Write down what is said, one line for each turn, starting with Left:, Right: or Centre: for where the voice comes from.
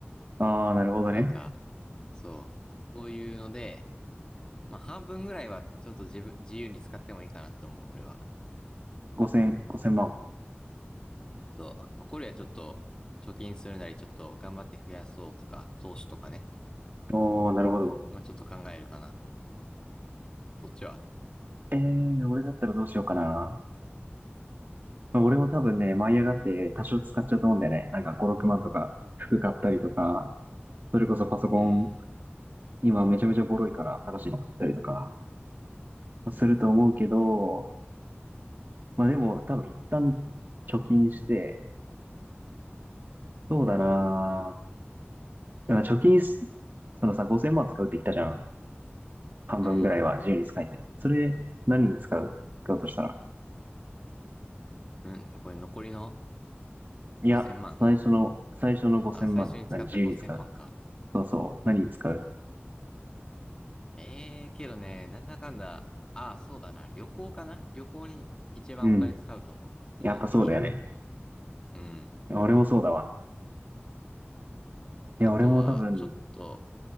Right: ああー、なるほどね。
Left: なんか、そう。こういうので、まあ半分ぐらいはちょっと自分、自由に使ってもいいかなって思う、俺は。
Right: ?5000、5000万。
Left: ちょっと、残りはちょっと、貯金するなり、ちょっと頑張って増やそうとか、投資とかね。
Right: おー、なるほど。
Left: まあちょっと考えるかな。そっちは。
Right: えー、俺だったらどうしようかな。まあ、俺も多分ね、舞い上がって多少使っちゃうと思うんだよね。なんか5、6万とか、服買ったりとか、それこそパソコン
Left: うん。
Right: 今めちゃめちゃボロいから新しいの買ったりとかすると思うけど、まあでも多分一旦貯金して、そうだなぁだから貯金す、そのさ、5000万使うって言ったじゃん。半分ぐらいは自由に使いたい。
Left: うん。
Right: それ何に使う使うとしたら。
Left: うん。これ残りの
Right: いや、
Left: 5000万
Right: 最初の、最初の5000万、
Left: あ、最初に使った5000万か。
Right: 何、自由に使う。そうそう。何に使う
Left: ええけどね、なんだかんだ、ああ、そうだな。旅行かな旅行に一番お金使うと思う。
Right: うん。
Left: 個人的には。
Right: やっぱそうだよね。
Left: うん。
Right: 俺もそうだわ。
Left: あとは、
Right: いや、俺も多分、
Left: ちょっと、